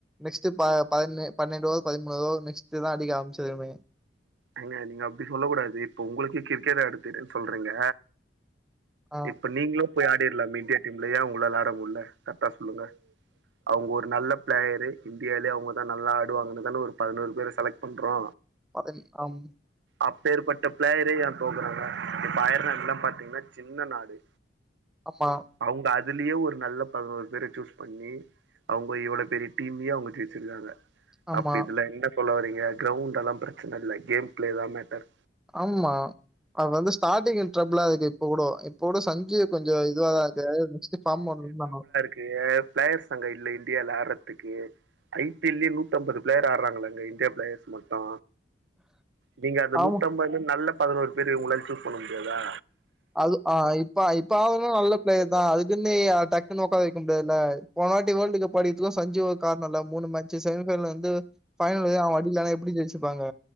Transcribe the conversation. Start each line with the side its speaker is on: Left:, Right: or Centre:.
Centre: நெக்ஸ்ட்டு ப பதினே பனெண்டோவத் பதிமூனோவத் நெக்ஸ்ட்டுதா அடிக்க ஆம்பிச்சதுமே
Right: எங்க நீங்க அப்டி சொல்ல கூடாது இப்ப உங்களுக்கு கிரிக்கெட் ஆடத் தெரியுன் சொல்றீங்க
Centre: ஆ
Right: இப்ப நீங்ளும் போய் ஆடிர்லாமே இன்டியா டீம்ல ஏ உங்ளால ஆட முல்ல கர்ட்டா சொல்லுங்க அவுங்க ஒரு நல்லப் பிளேயரு இந்தியாலயே அவுங்கதா நல்லா ஆடுவாங்கனுதானே ஒரு பதினோரு பேர செலக்ட் பண்றோ
Centre: வகதி அம்
Right: அப்பேற்பட்ட ப்ளேயரே ஏந் தோக்கறாங்க. இப்ப அயர் நாட்லாம் பாத்தீங்னா சின்ன நாடு
Centre: அப்பா
Right: அவுங்க அதுலியே ஒரு நல்லப் பதினோரு பேர சூஸ் பண்ணி அவுங்க இவ்ளோப் பெரிய டீம்மியே அவுங்க ஜெய்ச்சுர்காங்க
Centre: ஆமா,
Right: அப்ப இதுல என்ன சொல்ல வரீங்க. கிரௌண்ட்டல்லாம் பிரச்சன இல்ல. கேம் ப்ளேதா மேட்டர்.
Centre: ஆம்மா அது வந்து ஸ்டாடிங்கு ட்ரபிளாருக்கு இப்ப கூடோ இப்ப கூடோ சஞ்சீப் கொஞ்சோ இதுவாதாருக்கு நெக்ஸ்ட்டு ஃபார்ம் ஒன்னு பண்ணனு
Right: கேப் ப்ளேயர்ஸ் அங்க இல்ல இன்டியால ஆர்றதுக்கே ஐ பி எல்லியே நூத்தம்பது பிளேயர் ஆர்றாங்களாங்க இந்தியா பிளேயர்ஸ் மட்டு நீங்க அந்த
Centre: ஆமா.
Right: நூத்தம்பதுல நல்லப் பதனோருப் பேரு உங்களால் சூஸ் பண்ண முடியாதா
Centre: அது ஆ இப்ப இப்ப ஆடுறதும் நல்ல பிளேயர் தா அதுக்குனேய டக்குனு ஒக்கார வைக்கமுடியாதுல போன வாட்டி வேல்டு கப் அடிச்சதும் சஞ்சுவா காரண இல்ல மூனுமேட்சு செமிஃபைனல் வந்து ஃபைனலயே அவ அடிக்கலனா எப்டி ஜெயிச்சுப்பாங்க